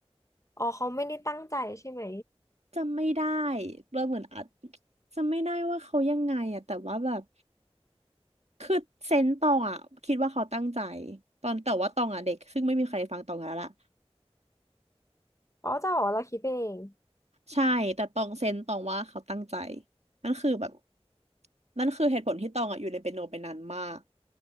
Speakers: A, on the left (about 30°); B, on the right (about 85°).
A: อ๋อเขาไม่ได้ตั้งใจใช่ไหม
B: จำไม่ได้เราเหมือนอาจจำไม่ได้ว่าเขายังไงอ่ะแต่ว่าแบบคือเซนส์ตองอ่ะคิดว่าเขาตั้งใจตอนแต่ว่าตองอ่ะเด็กซึ่งไม่มีใครฟังตองแล้วล่ะ
A: อ๋อจะบอกว่าเราคิดไปเอง
B: ใช่แต่ตองเซนส์ตองว่าเขาตั้งใจนั่นคือแบบนั่นคือเหตุผลที่ตองอ่ะอยู่ในเปียโนไปนานมาก